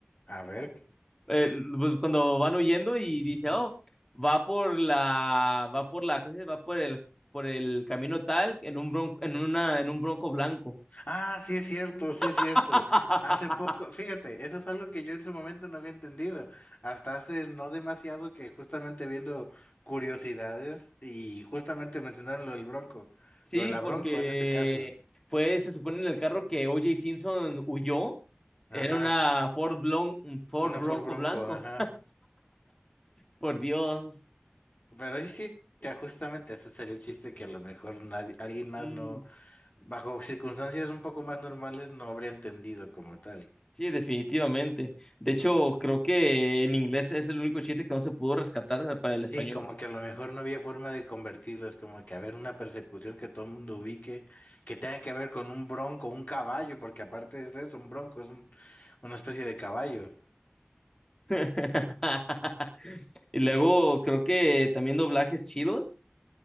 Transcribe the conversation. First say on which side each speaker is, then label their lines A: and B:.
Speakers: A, on the left; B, on the left.
A: A ver.
B: Eh, pues cuando van huyendo y dice, "Oh, va por la va por la ¿cómo se dice? va por el por el camino tal en un bronco en una en un bronco blanco."
A: Ah, sí es cierto, sí es cierto.
B: <laughs>
A: Hace poco, fíjate, eso es algo que yo en su momento no había entendido. Hasta hace no demasiado que justamente viendo curiosidades y justamente mencionaron lo del Bronco,
B: Sí,
A: lo de la
B: porque
A: Bronco en este caso.
B: fue se supone en el carro que O.J. Simpson huyó.
A: Ajá,
B: Era una Ford Blon- Ford
A: una
B: Bronco
A: Ford Bronco,
B: blanco.
A: ajá.
B: Por Dios.
A: Pero sí, sí, mira, justamente ese sería un chiste que a lo mejor nadie, alguien más
B: Mm.
A: no, bajo circunstancias un poco más normales, no habría entendido como tal.
B: Sí, definitivamente. De hecho, creo que en inglés es el único chiste que no se pudo rescatar para el español.
A: Sí, como que a lo mejor no había forma de convertirlos, como que haber una persecución que todo el mundo ubique, que tenga que ver con un bronco, un caballo, porque aparte de eso, un bronco es un- una especie de caballo.
B: <laughs> Y luego, creo que también doblajes chidos,